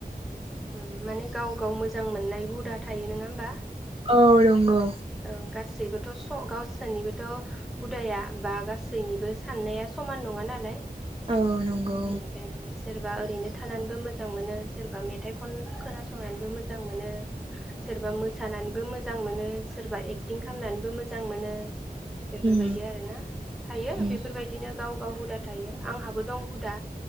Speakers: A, in the centre; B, on the right.
A: ओ माने गाव गाव मोजां मोननाय हुदा थायो नङा होमबा
B: ओ नंगौ
A: औ गासैबोथ' स गावसोरनिबोथ' हुदाया बा गासै गासैनिबो साननाया समान नङा नालाय
B: औ नंगौ
A: बेनिखायनो सोरबा ओरैनो थानानैबो मोजां मोनो सोरबा मेथाइ खन खोनासंनानैबो मोजां मोनो सोरबा मोसानानैबो मोजां मोनो सोरबा एक्टिं खालामनानैबो मोजां मोनो बेफोर
B: उम
A: बायदि आरोना थायो
B: उम
A: बेफोर बायदिनो गाव गाव हुदा थायो आंहाबो दं हुदा